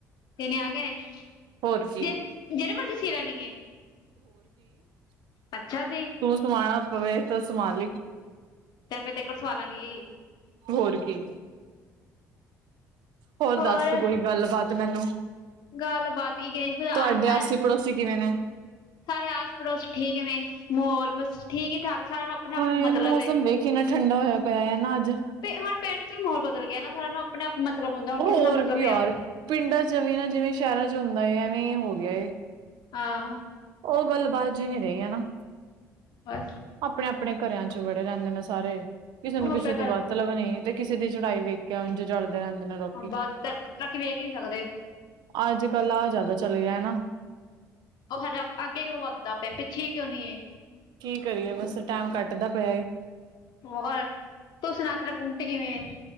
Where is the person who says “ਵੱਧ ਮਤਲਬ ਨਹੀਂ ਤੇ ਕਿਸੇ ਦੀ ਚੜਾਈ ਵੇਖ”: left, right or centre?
Right